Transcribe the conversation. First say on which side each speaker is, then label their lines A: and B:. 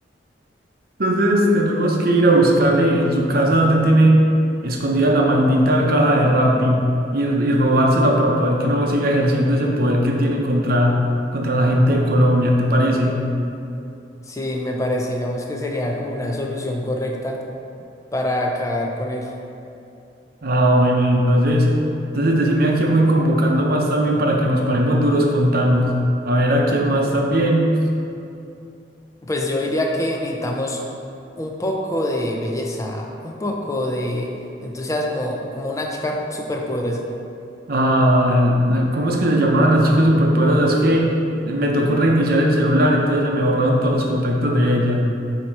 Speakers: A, on the right; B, on the left.
A: Entonces tenemos que ir a buscarle en su casa donde tiene escondida la maldita caja de Rappi y, y robársela para poder que no siga ejerciendo ese poder que tiene contra, contra la gente de Colombia, ¿te parece?
B: Sí, me parece, digamos que sería como una solución correcta para acabar con él.
A: Ah, bueno, y entonces, entonces decime a quién voy convocando más también para que nos paremos duros con Thanos. A ver a quién más también.
B: Pues yo diría que necesitamos un poco de belleza, un poco de entusiasmo, como una chica súper poderosa.
A: a la- ¿cómo es que le llamaban las chicas superpoderosas? Es que me tocó reiniciar el celular, entonces se me borraron todos los contactos de ella.